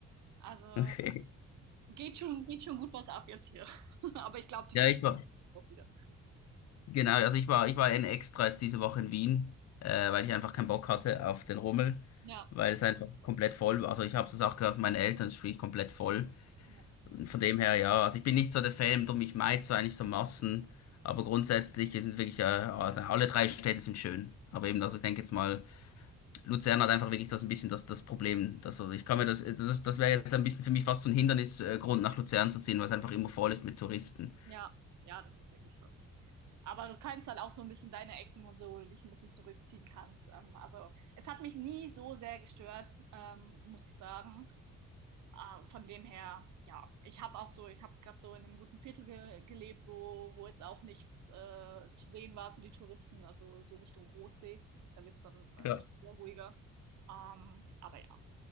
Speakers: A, on the right; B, on the left.
A: Also,
B: Okay.
A: geht schon, geht schon gut was ab jetzt hier. <laughs> Aber ich glaube, die
B: ja,
A: verstehen
B: ich war,
A: das auch wieder.
B: genau, also ich war, ich war in extra jetzt diese Woche in Wien, äh, weil ich einfach keinen Bock hatte auf den Rummel,
A: Ja,
B: weil es einfach komplett voll war. Also ich habe das auch gehört von meinen Eltern, es ist wirklich komplett voll.
A: ja,
B: Von dem her, ja, also ich bin nicht so der Fan, darum ich meide so eigentlich so Massen, aber grundsätzlich sind wirklich, äh, also alle drei Städte sind schön. Aber eben, also ich denke jetzt mal, Luzern hat einfach wirklich das ein bisschen das, das Problem. Also ich kann mir das, das, das wäre jetzt ein bisschen für mich fast so ein Hindernisgrund, nach Luzern zu ziehen, weil es einfach immer voll ist mit Touristen.
A: ja, ja, das ist wirklich so. Aber du kannst halt auch so ein bisschen deine Ecken und so, wo du dich ein bisschen zurückziehen kannst. Ähm, also, es hat mich nie so sehr gestört, ähm, muss ich sagen. Ah, von dem her, ja, ich habe auch so, ich habe gerade so in einem guten Viertel ge gelebt, wo, wo jetzt auch nichts äh, zu sehen war für die Touristen, also so Richtung Rotsee. Da wird's dann äh,
B: Ja,
A: wieder ruhiger. Ähm, aber ja.